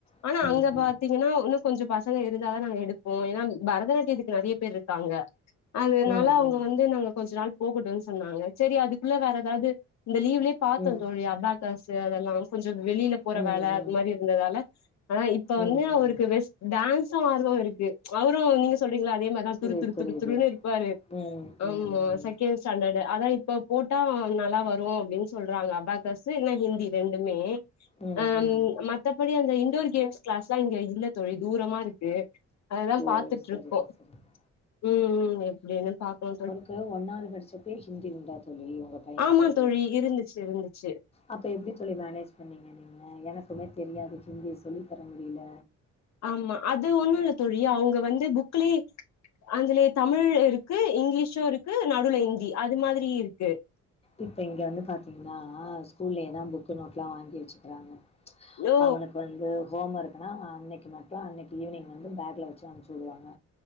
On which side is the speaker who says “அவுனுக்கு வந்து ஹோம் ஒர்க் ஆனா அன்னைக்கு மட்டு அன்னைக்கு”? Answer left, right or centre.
Left